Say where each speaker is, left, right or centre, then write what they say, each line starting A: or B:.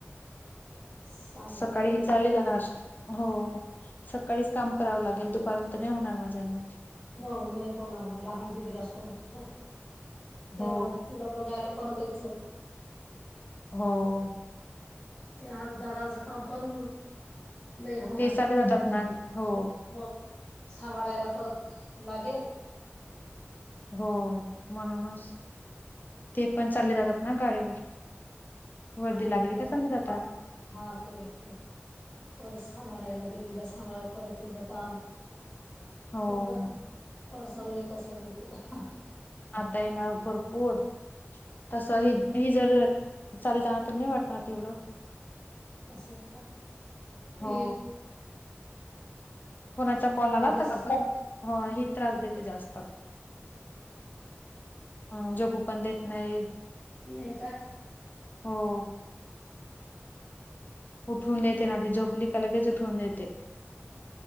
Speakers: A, on the left; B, on the left.
A: चांगलंय
B: सकाळी
A: मग
B: हि चाली जाणार हो सकाळीच काम करावं लागेल दुपार नंतर नाही होणार माझ्याने.
A: हो मंग नाही होणार न लहान दिदीला सोडून कुठं त्यांना
B: हो
A: तिला बघायला परत एक
B: हो.
A: ते हाय दादा काम पण नाही होणार
B: ते सगळे <unintelligible> हो.
A: मग सांभाळायला परत लागेल.
B: हो म्हणूनच ते पण चालले जातात ना गाडीवर. वर्दी
A: हा
B: लागली का
A: तेच
B: चालले जातात
A: हा ते वाटतचं. पोर सांभाळायला देवीला सांभाळायला परत तुझं काम.
B: हो
A: खूप ग वाडसा न येत असेल? तुला
B: आता येणार भरपूर तस ह ही जर चालल तर नाही वाटत राहत तेवढं
A: असं नाही का ती
B: हो कोणाचा कॉल आला
A: देत
B: तर ही त्रास देते जास्त. अं, झोपू पण देत नाही
A: नाही का?
B: हो. उठवून देते ना ती झोपली का लगेच उठवून देते.